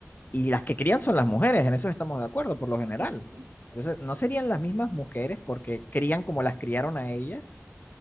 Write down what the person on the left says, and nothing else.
y las que crían son las mujeres, en eso estamos de acuerdo por lo general.
Entonces, ¿no serían las mismas mujeres porque crían como las criaron a ellas?